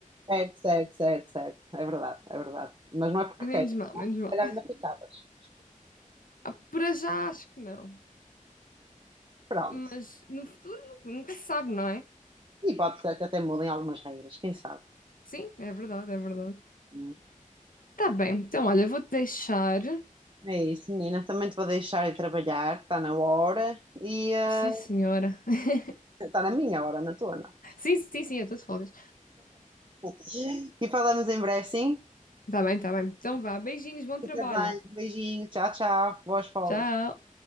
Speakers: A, on the right; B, on the left.
A: Certo, certo, certo, certo. É verdade, é verdade. Mas
B: <laughs>
A: não é porque
B: Menos
A: queiras,
B: mal,
A: não?
B: menos
A: é? Se
B: mal.
A: calhar ainda ficavas.
B: Ah, Para já acho que não,
A: Pronto.
B: mas no futuro nu- nunca se sabe, não é?
A: E pode ser que até mudem algumas regras, quem sabe?
B: Sim, é verdade, é verdade.
A: Hum.
B: Tá bem, então olha, vou-te deixar.
A: É isso, menina. Também te vou deixar ir trabalhar, está na hora e eh,
B: Sim, senhora. <laughs>
A: está na minha hora, na tua não.
B: Sim, sim, sim, eu estou de folgas.
A: <laughs> E falamos em breve, sim?
B: Tá bem, tá bem. Então vá, beijinhos, bom
A: Fica
B: trabalho.
A: bem, beijinho, tchau, tchau, boas folgas.
B: Tchau.